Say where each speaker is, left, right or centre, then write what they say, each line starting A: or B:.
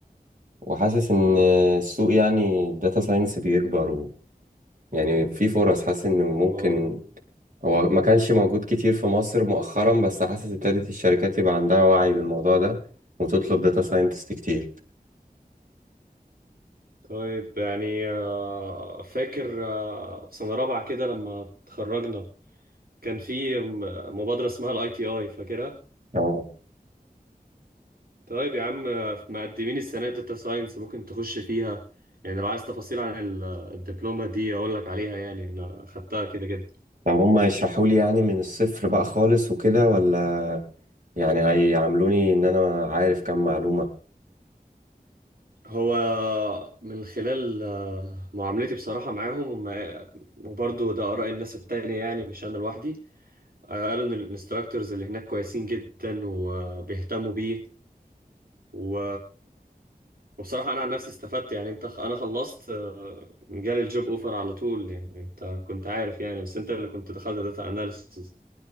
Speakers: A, on the right (about 55°); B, on the right (about 70°).
A: وحاسس ان
B: امم
A: السوق يعني الداتا ساينس بيكبر و... يعني في فرص حاسس ان ممكن
B: واو
A: هو ما كانش موجود كتير في مصر مؤخرا بس حاسس ابتدت الشركات يبقى عندها وعي بالموضوع ده وتطلب داتا ساينتست كتير
B: طيب يعني آه، فاكر آه، في سنة رابعة كده لما اتخرجنا كان في م- مبادرة اسمها الاي تي اي فاكرها؟
A: اه
B: طيب يا عم آه، مقدمين السنة داتا ساينس ممكن تخش فيها يعني لو عايز تفاصيل عن ال- الدبلومة دي اقول لك عليها يعني انا خدتها كده كده
A: طب هما يشرحوا لي يعني من الصفر بقى خالص وكده ولا يعني هيعاملوني ان انا عارف كام معلومة
B: هو من خلال آه، معاملتي بصراحة معاهم هم وبرضه ده آراء الناس التانية يعني مش أنا لوحدي آه، قالوا إن الانستراكتورز اللي هناك كويسين جدا وبيهتموا بيه و وبصراحة أنا عن نفسي استفدت يعني أنت أنا خلصت آه، جالي الجوب أوفر على طول يعني أنت كنت عارف يعني بس أنت اللي كنت دخلت داتا أناليسز